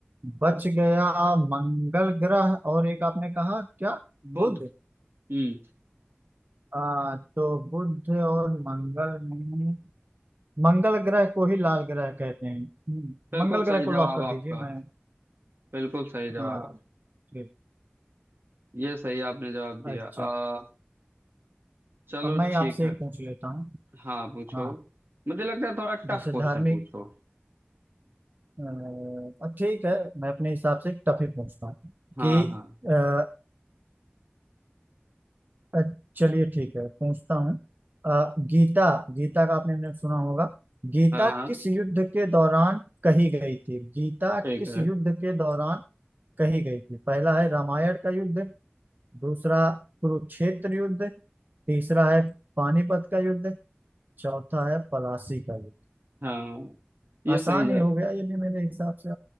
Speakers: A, on the right; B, on the right.
A: बच गया मंगल ग्रह और एक आपने कहा क्या
B: बुध
A: बुध
B: हम्म
A: आ, तो बुध और मंगल में मंगल ग्रह को ही लाल ग्रह कहते हैं हम्म,
B: बिल्कुल
A: मंगल
B: सही
A: ग्रह को लॉक
B: जवाब
A: कर दीजिए
B: आपका
A: मैं
B: बिल्कुल सही जवाब
A: हाँ
B: आप
A: ठीक
B: ये सही आपने जवाब दिया
A: अच्छा
B: आ, चलो
A: अब मैं
B: ठीक
A: आपसे
B: है
A: एक पूछ लेता हूँ
B: हाँ पूछो
A: हाँ
B: मुझे लगता है थोड़ा टफ
A: जैसे
B: क्वेश्चन
A: धार्मिक
B: पूछो
A: अ, ठीक है मैं अपने हिसाब से टफ ही पूछता हूँ
B: हाँ
A: कि
B: हाँ
A: अ, अ, चलिए ठीक है पूछता हूँ अ, गीता गीता का आपने ने सुना होगा गीता
B: हाँ हाँ
A: किस युद्ध के दौरान कही गई थी गीता
B: ठीक
A: किस
B: है
A: युद्ध के दौरान कही गई थी पहला है रामायण का युद्ध दूसरा कुरुक्षेत्र युद्ध तीसरा है पानीपत का युद्ध चौथा है पलासी का युद्ध
B: हाँ ये
A: आसान
B: सही जवाब
A: ही हो गया ये भी मेरे हिसाब से